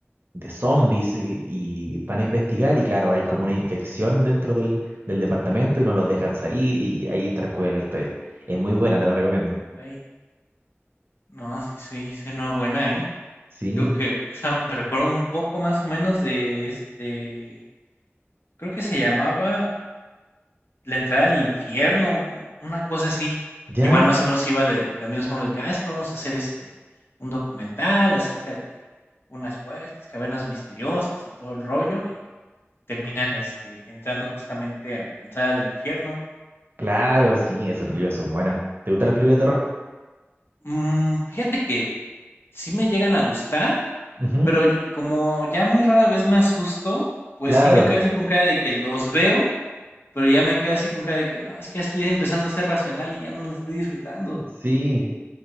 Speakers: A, on the right; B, on the left.
A: de zombies y, y van a investigar y claro, hay como una infección dentro del, del departamento y no los dejan salir y ahí transcurre la historia. Es muy buena, te la recomiendo.
B: Y, güey, no, sí se sí es buena, ¿eh?
A: Sí,
B: Digo que, o sea, me recuerdo un poco más o menos de este, creo que se llamaba La entrada al infierno, un- una cosa así.
A: ya,
B: Igual más o menos iba de la misma forma de que, ah, es que vamos a hacer este, un documental acerca de unas puertas, cavernas misteriosas y todo el rollo, y terminan este, entrando justamente a la entrada del infierno.
A: claro, sí, esas películas son buenas. ¿Te gustan las películas de terror?
B: Mm, fíjate que sí me llegan a gustar.
A: Ujú,
B: Pero yo- como ya muy rara vez me asusto, pues
A: Claro,
B: sí me quedo así con cara de que los veo, pero ya me quedo así con cara de que no, es que ya estoy empezando a ser racional y ya no lo estoy disfrutando.
A: sí,